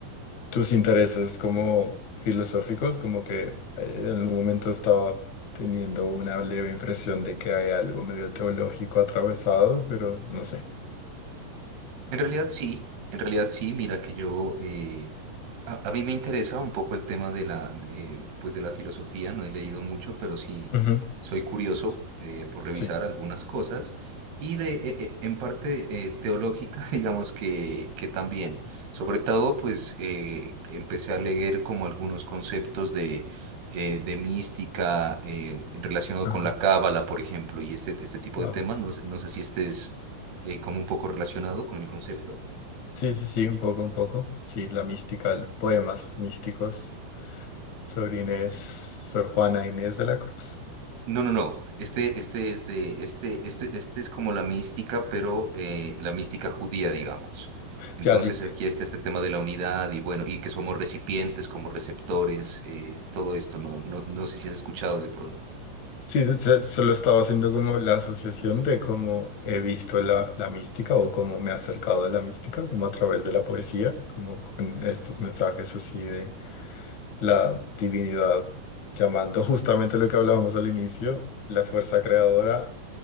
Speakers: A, on the left; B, on the right.
A: tus intereses como filosóficos, como que eh, en algún momento estaba teniendo una leve impresión de que hay algo medio teológico atravesado, pero no sé.
B: En realidad sí, en realidad sí, mira que yo, eh, a, a mí me interesa un poco el tema de la, eh, pues de la filosofía, no he leído mucho, pero sí
A: Ujú,
B: soy curioso eh, por revisar
A: Sí,
B: algunas cosas y de, eh, eh, en parte eh, teológica, <laughs> digamos que, que también. Sobre todo, pues eh, empecé a leer como algunos conceptos de, eh, de mística eh, relacionado
A: ajá,
B: con la cábala, por ejemplo, y este, este tipo
A: wow.
B: de temas, no sé no sé si este es eh, como un poco relacionado con el concepto.
A: Sí, sí, sí, un poco, un poco. Sí, la mística, el- poemas místicos sobre Inés, Sor Juana Inés de la Cruz.
B: No, no, no. Este, este es de, este, este, este es como la mística, pero eh, la mística judía, digamos.
A: <laughs>
B: Entonces
A: Ya, sí,
B: aquí está este tema de la unidad y bueno, y que somos recipientes como receptores, eh, todo esto, no, no, no sé si has escuchado de pronto.
A: Sí, se- solo estaba haciendo como la asociación de cómo he visto la, la mística o cómo me he acercado a la mística, como a través de la poesía, como con estos mensajes así de la divinidad llamando justamente lo que hablábamos al inicio, la fuerza creadora